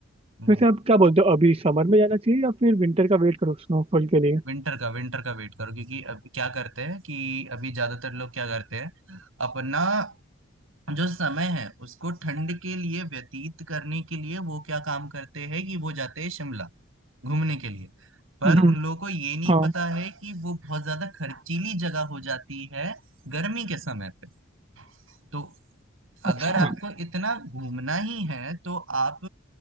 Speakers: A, on the right (about 75°); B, on the right (about 30°).
A: हम्म
B: वैसे आप क्या बोलते हो अभी समर में जाना चाहिए या फिर विंटर का वेट करो स्नोफॉल के लिए
A: विंटर का विंटर का वेट करो क्योंकि अब क्या करते हैं कि अभी ज्यादातर लोग क्या करते हैं अपना जो समय है उसको ठंड के लिए व्यतीत करने के लिए वो क्या काम करते हैं कि वो जाते हैं शिमला घूमने के लिए पर
B: हम्म,
A: उन लोगों को ये नहीं
B: हाँ
A: पता है कि वो बहुत ज्यादा खर्चीली जगह हो जाती है गर्मी के समय पे तो
B: अच्छा
A: अगर आपको इतना घूमना ही है तो आप